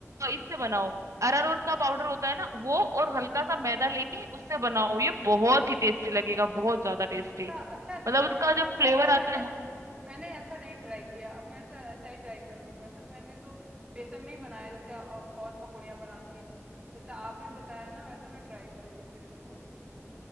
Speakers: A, on the right; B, on the right.
A: अ, इससे बनाओ अरारोट का पाउडर होता है ना वो और
B: हाँ
A: हल्का सा मैदा लेके उससे बनाओ ये बहुत ही टेस्टी लगेगा बहुत ज्यादा टेस्टी
B: अच्छा अच्छा
A: मतलब उसका
B: ऐ-
A: जो फ्लेवर
B: ऐसा मैंने
A: आता है
B: मैंने ऐसा नहीं ट्राई किया अब मैं ऐसा ऐसा ही ट्राई करूंगी वैसे तो मैंने तो बेसन में ही बनाया जैसे अब और पकौड़ियाँ बनाती हूँ जैसा आपने बताया ना वैसा मैं ट्राई करूंगी फिर इसको